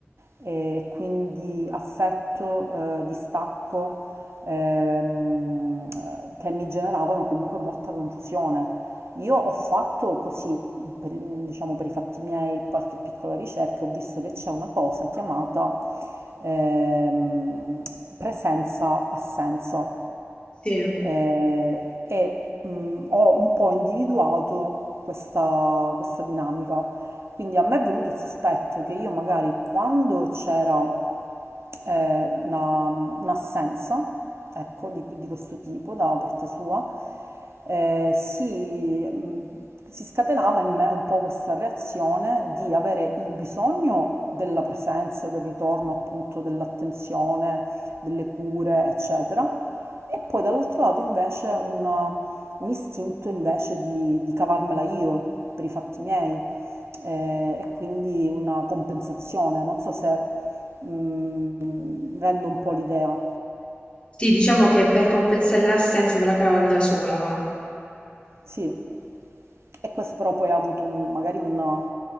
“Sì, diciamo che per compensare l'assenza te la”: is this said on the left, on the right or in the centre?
Left